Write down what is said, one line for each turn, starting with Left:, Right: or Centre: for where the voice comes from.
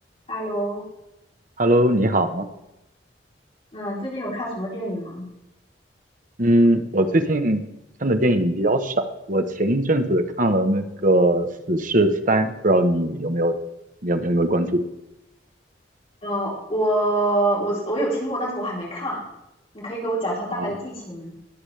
Left: Hello，
Right: Hello，你好。
Left: 嗯，最近有看什么电影吗？
Right: 嗯，我最近看的电影比较少。我前一阵子看了那个《死侍三》，不知道你有没有、你有、有没有关注
Left: 呃，我我我有听过，但是我还没看，你可以给我讲一下大概的剧情吗？
Right: 啊？